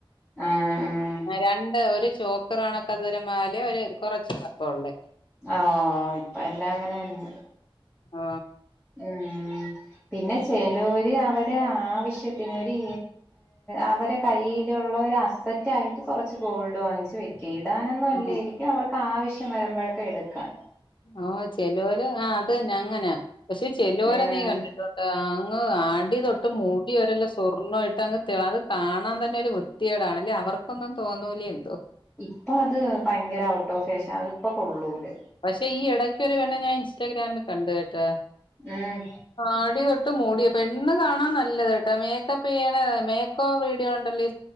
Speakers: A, in the centre; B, on the left.
A: ആഹ് ആഹ്
B: രണ്ട് ഒരു ചോക്കർ കണക്കവരെമാലേ ഒരു കൊറച്ച് <unintelligible> ഉള്ളേ
A: ഓ ഇപ്പ എല്ലാം അങ്ങനെന്നെ
B: ആ
A: ഉം ഉ പിന്നെ ചിലര് അവര് ആവശ്യത്തിനൊര് അവരെ കയ്യിലുള്ള ഒരു അസറ്റ ആയിട്ട് കൊറച്ച് ഗോൾഡ് വാങ്ങിച്ചു വയ് കേടാനൊന്നും അല്ലായിരിക്കും
B: ആ
A: അവർക്ക് ആവശ്യം വരുമ്പോഴൊക്കെ എടുക്കാൻ
B: ആ ചെലോര് ആ അത് തന്നെ അങ്ങനെയ പക്ഷെ ചെല്ലുവോര
A: ഉം
B: നീ കണ്ടിട്ടുണ്ടാ ഓ ആൺ അടിതൊട്ട് മൂടിവരെല്ലാം സ്വർണ്ണമായി ങ് അത് കാണാൻ തന്നെ ഒരു വൃത്തിയേടാണ് അല്ലേ അവർക്കൊന്നും തോന്നൂലേ എന്തോ
A: ഇപ്പൊ അത് ഭയങ്കര ഔട്ട് ഓഫ്ഫാഷൻ അത്പ്പം കൊള്ളൂലാ
B: പക്ഷെ ഈ എടക് ഇത് ഒരെണ്ണംഞാൻ ഇൻസ്റ്റഗ്രാമിൽ കണ്ട്കേട്ടോ
A: ഉം
B: അടിതൊ പെണ്ണ്കാണാൻ നല്ലത്ട്ടോ മേക്കപ്പ് ചെയ്യേണ്ട മേക്ക്ഓവറി ണ്ടല്ലേ